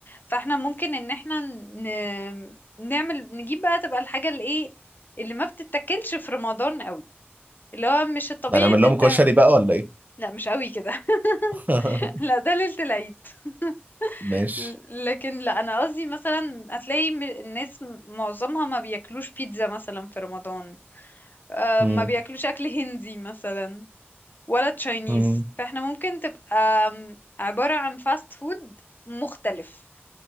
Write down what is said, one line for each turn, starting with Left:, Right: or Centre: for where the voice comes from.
Left: فاحنا ممكن ان احنا ن... نعمل نجيب بقى تبقى الحاجة اللي ايه اللي ما بتتاكلش في رمضان قوي اللي هو مش الطبيعي
Right: ده هنعمل
Left: ان
Right: لهم
Left: انت
Right: كشري بقى ولا إيه؟
Left: لا مش قوي كده <laughs>
Right: <laughs>
Left: لا ده ليلة العيد
Right: ماشي
Left: <laughs> ل- لكن لا انا قصدي مثلا هتلاقي م- الناس م- معظمها ما بياكلوش بيتزا مثلا في رمضان آه،
Right: مم.
Left: ما بياكلوش اكل هندي مثلا ولا تشاينيز
Right: مم.
Left: فاحنا ممكن تبقى أم، عبارة عن فاست فود مختلف